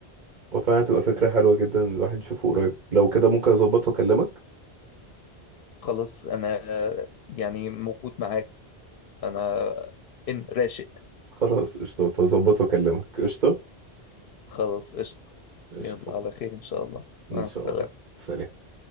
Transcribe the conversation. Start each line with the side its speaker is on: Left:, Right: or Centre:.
Right: وفعلا هتبقى فكره حلوه جدا الواحد يشوفه قريب لو كده ممكن اظبط واكلمك
Left: خلاص انا يعني موجود معاك انا ان راشق
Right: خلاص قشطه اظبط واكلمك قشطه
Left: خلاص قشطة
Right: قشطه
Left: يلا على خير ان شاء الله
Right: ان
Left: مع
Right: شاء
Left: السلامة
Right: الله سلام